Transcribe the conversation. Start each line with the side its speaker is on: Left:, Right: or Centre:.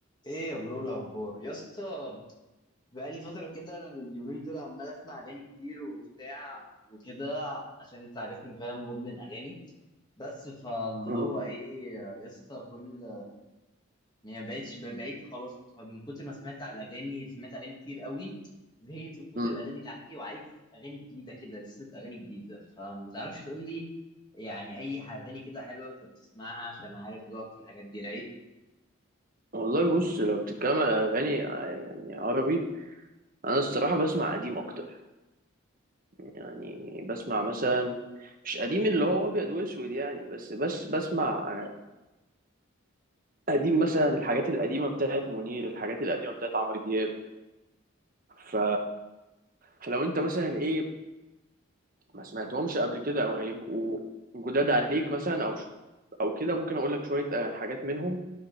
Left: ايه يا برو الاخبار يا اسطى بقالي فتره كده اليومين دول عمال اسمع اغاني كتير وبتاع وكده عشان انت عارفني فاهم مدمن اغاني بس فاللي
Right: مم.
Left: هو ايه يا اسطى كل يعني بقيتش بقيت خلاص من كتر ما سمعت على الاغاني سمعت اغاني كتير قوي زهقت من كتر
Right: مم.
Left: الاغاني اللي عندي وعايز اغاني جديده كده لسه اغاني جديده فما تعرفش تقول لي يعني اي اغاني كده حلوه انت بتسمعها عشان عارف ذوقك في الحاجات دي رايق
Right: والله بص لو بتتكلم على أغاني آه، يعني عربي أنا الصراحة بسمع قديم أكتر يعني بسمع مثلا مش قديم اللي هو أبيض وأسود يعني بس بس بسمع قديم مثلا الحاجات القديمة بتاعت منير الحاجات القديمة بتاعت عمرو دياب ف... فلو أنت مثلا إيه ما سمعتهمش قبل كده أو هيبقوا جداد عليك مثلا أو ش... أو كده ممكن أقول لك شوية آه، حاجات منهم